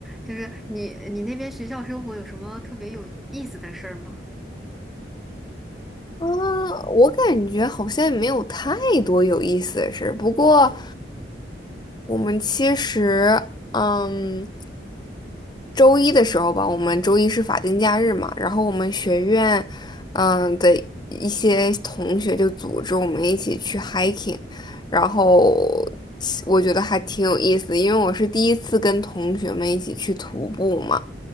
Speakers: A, in the centre; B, on the left.
A: 就是你你那边学校生活有什么特别有意思的事儿吗？
B: 啊，我感觉好像也没有太多有意思的事儿，不过，我们其实，嗯，周一的时候吧，我们周一是法定假日嘛，然后我们学院，嗯的一些同学就组织我们一起去 hiking，然后我觉得还挺有意思的，因为我是第一次跟同学们一起去徒步嘛，